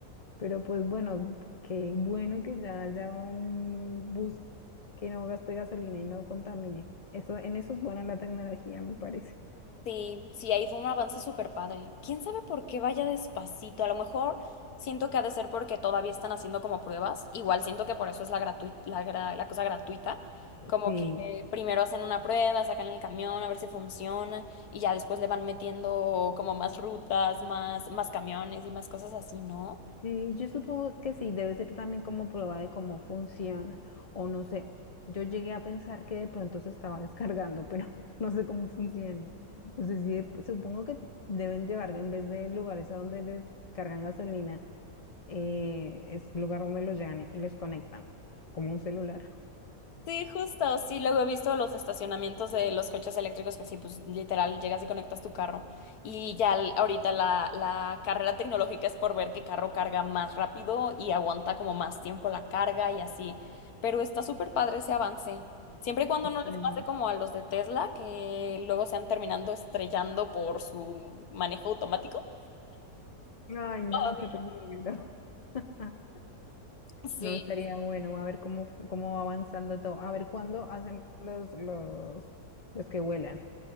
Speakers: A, on the left; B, on the left.
A: Pero pues bueno, qué bueno que ya haya un bus que no gaste gasolina y no contamine. Eso, en eso es buena la tecnología, me parece.
B: Sí, sí, ahí fue un avance súper padre. ¿Quién sabe por qué vaya despacito? A lo mejor siento que ha de ser porque todavía están haciendo como pruebas. Igual siento que por eso es la gratuita, la, gra- la cosa gratuita. Como
A: Sí.
B: que eh, primero hacen una prueba, sacan el camión a ver si funciona y ya después le van metiendo como más rutas, más, más camiones y más cosas así, ¿no?
A: Mm, Yo supongo que sí, debe ser también como prueba de cómo funciona, o no sé, yo llegué a pensar que de pronto se estaba descargando, pero <laughs> no sé cómo funcione. No sé si de- supongo que deben llegar en vez de lugares a donde les cargan gasolina, eh, es lugar donde los llegan y los conectan, como un celular.
B: Sí, justo, sí, luego he visto los estacionamientos de los coches eléctricos que así, pues literal, llegas y conectas tu carro. Y ya l- ahorita la, la carrera tecnológica es por ver qué carro carga más rápido y aguanta como más tiempo la carga y así. Pero está súper padre ese avance. Siempre y cuando
A: Estaría-
B: no les pase como a los de Tesla, que luego se han terminando estrellando por su manejo automático.
A: Ay, no,
B: Todavía.
A: qué peligro. <laughs>
B: Sí.
A: No estaría bueno. A ver cómo, fu- cómo va avanzando todo. A ver cuándo hacen los, los, los que vuelan.